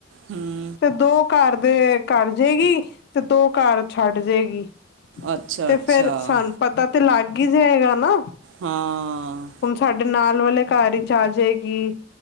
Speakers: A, on the right; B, on the left.
A: ਹੂੰ
B: ਫਿਰ ਦੋ ਘਰ ਦੇ ਕਰਜੇਗੀ, ਤੇ ਦੋ ਘਰ ਛੱਡ ਜੇਗੀ।
A: ਅੱਛਾ
B: ਤੇ
A: ਅੱਛਾ
B: ਫਿਰ, ਸਾਨੂੰ ਪਤਾ ਤੇ ਲੱਗ ਹੀ ਜਾਏਗਾ ਨਾ।
A: ਹਾਂ।
B: ਹੁਣ ਸਾਡੇ ਨਾਲ ਵਾਲੇ ਘਰ ਈਚ ਆਜੇਗੀ,